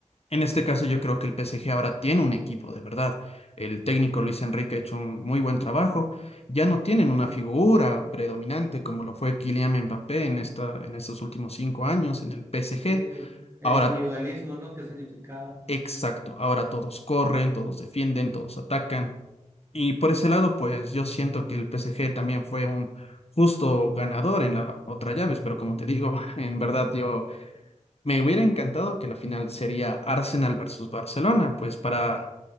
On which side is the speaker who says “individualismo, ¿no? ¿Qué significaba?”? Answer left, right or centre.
Right